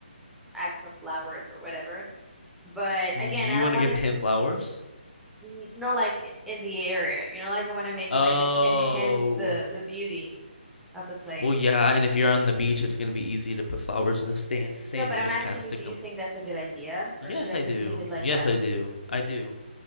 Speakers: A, in the centre; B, on the left (about 70°).
A: add some flowers or whatever. But
B: Y-
A: again,
B: you
A: I don't
B: want
A: want
B: to give
A: it
B: him flowers?
A: n- not like i- in the area, you know, like I want to make
B: Oh,
A: like en- enhance the the beauty of the place.
B: Well, yeah, and if you're on the beach, it's gonna be easy to put flowers in the sand. Sand,
A: No, but
B: you
A: I'm
B: just
A: asking
B: kind of stick
A: you, do you
B: them.
A: think that's a good idea
B: Yes,
A: or should I
B: I
A: just
B: do.
A: leave it like
B: Yes,
A: that?
B: I do. I do.